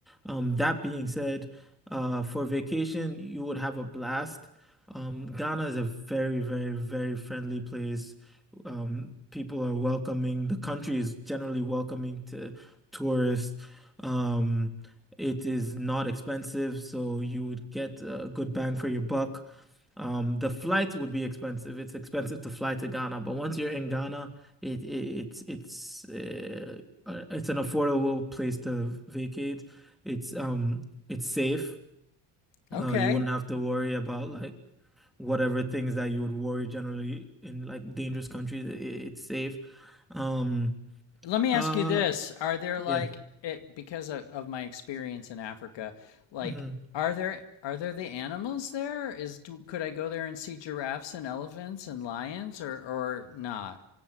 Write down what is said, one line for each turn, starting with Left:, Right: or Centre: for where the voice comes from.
Centre: Um, that being said, uh, for vacation, you would have a blast. Um, Ghana is a very, very, very friendly place. Um, people are welcoming. The country is generally welcoming to tourists. Um, it is not expensive, so you would get a good bang for your buck. Um, the flights would be expensive. It's expensive to fly to Ghana, but once you're in Ghana, it, it it's it's uh, uh, it's an affordable place to vacate. It's um it's safe.
Left: Okay.
Centre: Uh, you wouldn't have to worry about like whatever things that you would worry generally in like dangerous countries. It, it's safe. Um,
Left: Let me
Centre: uh,
Left: ask you this. Are there like
Centre: yeah.
Left: it because of, of my experience in Africa, like
Centre: hmm
Left: are there are there the animals there? Is do, could I go there and see giraffes and elephants and lions or or not?